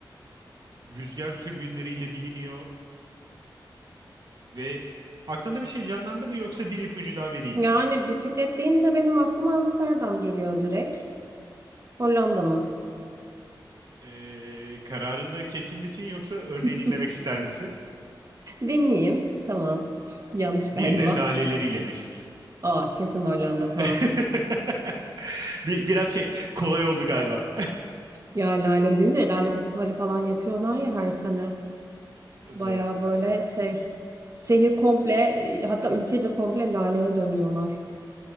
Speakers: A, on the right (about 55°); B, on the right (about 40°).
A: rüzgar türbinleriyle biliniyor ve aklında bir şey canlandı mı yoksa bir ipucu daha vereyim
B: Yani
A: mi?
B: bisiklet deyince benim aklıma Amsterdam geliyor direkt. Hollanda mı?
A: E, kararında kesin misin yoksa örneği
B: <laughs>
A: dinlemek ister misin?
B: Dinleyeyim. Tamam. <laughs> Yanlış galiba.
A: Bir de laleleriyle meşhur.
B: Aa kesin Hollanda
A: <laughs>
B: tamam.
A: Bir, biraz şey kolay oldu galiba.
B: Ya Lale deyince Lale Festivali falan yapıyorlar ya her sene.
A: <laughs>
B: Baya
A: Doğru,
B: böyle
A: doğru.
B: şey şehir komple e, hatta ülkece komple laleye dönüyorlar.